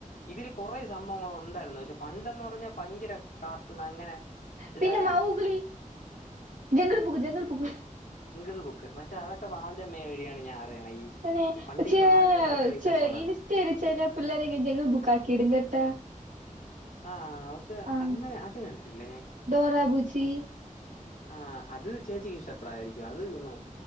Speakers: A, on the left; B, on the right.
A: ഇതില് കൊറെ സംഭവങ്ങൾ ഉണ്ടായിരുന്നു പക്ഷെ പണ്ടന്ന് പറഞ്ഞ ഭയങ്കര കാർത്തന്ന് അങ്ങനെ ഇതായിരുന്നു
B: പിന്നെ മാവുകളി ജങ്കൾ പുക്ക് ജങ്കൾൾ പുക്ക്
A: ൾ ബുക്ക് പക്ഷെ അതൊക്കെ ബാലരമ <unintelligible>
B: തന്നെ
A: പണ്ട്
B: പക്ഷേ
A: ഈ ബാലരമ ക്രൈസ്
B: ച്ചെ
A: ഒക്കെ ഉണ്ടായിരുന്നു
B: ഇനിഷ്ട്ടെനി ച്ചെലെ പിള്ളേരെങ്ങെ ജങ്ങൾ ബുക്ക ആക്കി ഇടും കേട്ടാ
A: ആ ക്ഷെ
B: ആ
A: അങ്ങനെ അത് കണ്ടിട്ടില്ലേ
B: ഡോറ ബുജി
A: ൻ ആ അത് ചേച്ചിക്ക് ഇഷ്ടപ്പെടായിരി ക്കെ അത് ഹ് ന്നോ